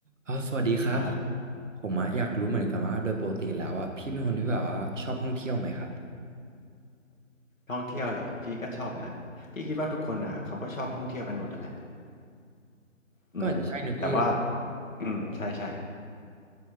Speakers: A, on the right; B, on the left.
A: อ๋อสวัสดีครับ
B: ครับ
A: ผมอะอยากรู้เหมือนกันว่าโดยปกติแล้วอะพี่เป็นคนที่แบบว่าชอบท่องเที่ยวไหมครับ
B: ท่องเที่ยวเหรอพี่ก็ชอบนะพี่คิดว่าทุกคนนะเขาก็ชอบท่องเที่ยวกันหมดนั่นแหละอืมแต่ว่า
A: ก็อาจจะใช่นะพี่
B: อืมใช่ใช่